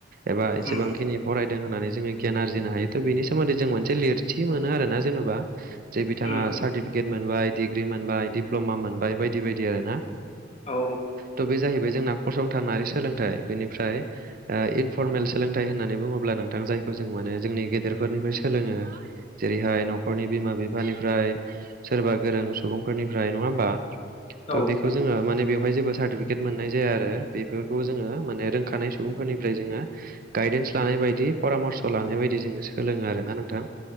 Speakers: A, on the right (about 50°); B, on the left (about 35°).
A: एबा एसेबांनि
B: उम
A: फराय होननानै जोङो गियान आरजिनो हायो थ बेनि सोमोन्दै जों मोनसे लिरथि मोनो आरोना जेन'बा जे बिथाङा
B: उम
A: सार्टिफिकेट मोनबाय डिग्रि मोनबाय दिडप्ल'मा मोनबाय बायदि बायदि आरो ना
B: औ
A: थ बे जाहैबाय जोंना फसंथानारि सोलोंथाइ बेनिफ्राय इनफर्मेल सोलोंथाइ होननानै बुङोब्ला नोंथां जायखौ जों मोंनो जोंनि गेदेरफोरनिफ्राय सोलोङो जेरैहाय न'खरनि बिमा बिफानिफ्राय सोरबा गोरों सुबुंफोरनिफ्राय नङा होमबा
B: औ
A: थह बेखौ जोङो माने बेवहाय जेबो सार्टिफिकेट मोननाय जाया आरो बेफोरखौ जोङो माने रोंखानाय सुबुंफोरनिफ्राय जोङो गाइड गायदेन्स लानाय बायदि परामर्स' लानाय बायदि जोङो सोलोङो आरोना नोंथां